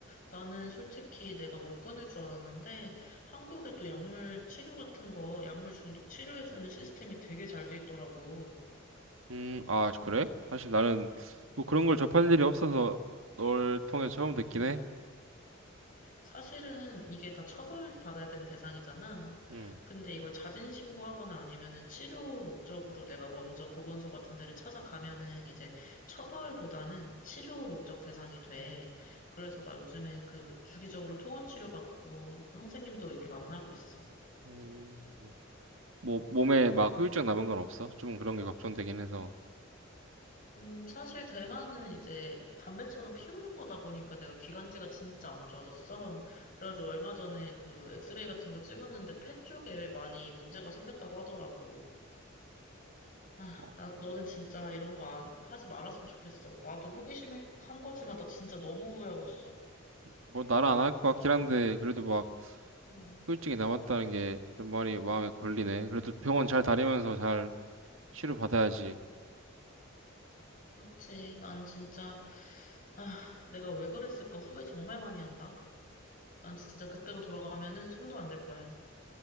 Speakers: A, on the left; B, on the right.
A: 나는 솔직히 내가 못 끊을 줄 알았는데 한국에 또 약물 치료 같은 거, 약물 중독 치료해주는 시스템이 되게 잘 돼 있더라고.
B: 음, 아, 그래? 사실 나는 뭐 그런 걸 접할 일이 없어서 널 통해 처음 듣긴
A: 음.
B: 해.
A: 사실은 이게 다 처벌받아야 되는 대상이잖아.
B: 음.
A: 근데 이걸 자진 신고하거나 아니면은 치료 목적으로 내가 먼저 보건소 같은 데를 찾아가면은 이제 처벌보다는 치료 목적 대상이 돼. 그래서 나 요즘에 그 주기적으로 통원 치료 받고 선생님도 이렇게 만나고 있어.
B: 음. 뭐 몸에 막 후유증 남은 건 없어? 좀 그런 게 걱정되긴 해서.
A: 음, 사실 대만은 이제 담배처럼 피우는 거다 보니까 내가 기관지가 진짜 안 좋아졌어. 그래가지고 얼마 전에 그 엑스레이 같은 거 찍었는데 폐 쪽에 많이 문제가 생겼다고 하더라고. 아,
B: 어,
A: 나, 너는 진짜 이런 거 안, 하지 말았으면 좋겠어. 나도 호기심에 한 거지만 나 진짜 너무 후회하고 있어.
B: 뭐 나는 안 할 것 같긴 한데, 그래도 막
A: 음,
B: 후유증이 남았다는 게 좀 많이 마음에 걸리네. 그래도 병원 잘 다니면서 잘 치료받아야지.
A: 그렇지. 난 진짜, 아, 내가 왜 그랬을까 후회 정말 많이 한다. 난 진짜 그때로 돌아가면은 손도 안 댈 거야.